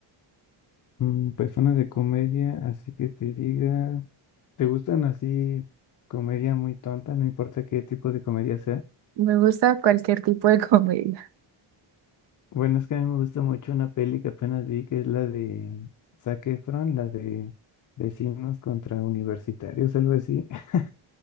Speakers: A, on the left; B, on the right.
A: Mm, Personas de comedia, así que te diga, ¿te gustan así comedia muy tonta? No importa qué tipo de comedia sea.
B: Me gusta cualquier tipo de <laughs> comedia.
A: Bueno, es que a mí me gusta mucho una peli que apenas vi, que es la de Zac Efron, la de Vecinos contra Universitarios, algo así. <laughs>